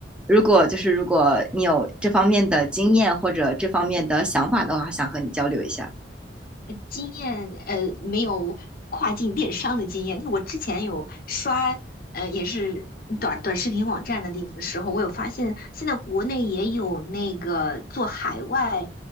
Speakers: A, in the centre; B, on the left.
A: 如果就是如果你有这方面的经验或者这方面的想法的话，想和你交流一下。
B: 呃经验呃没有跨境电商的经验。我之前有刷呃也是短短视频网站的地方时候，我有发现现在国内也有那个做海外